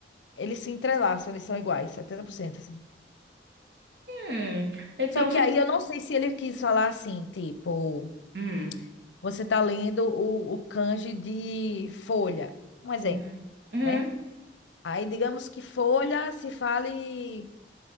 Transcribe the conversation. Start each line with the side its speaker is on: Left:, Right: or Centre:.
Left: eles se entrelaçam, eles são iguais, 70%, assim.
Right: Hum, então
Left: Só que
Right: você.
Left: aí eu não sei se ele quis falar assim, tipo,
Right: Hum.
Left: você tá lendo o, o Kanji de folha, um exemplo,
Right: Uhum. Uhum.
Left: né? Aí digamos que folha se fale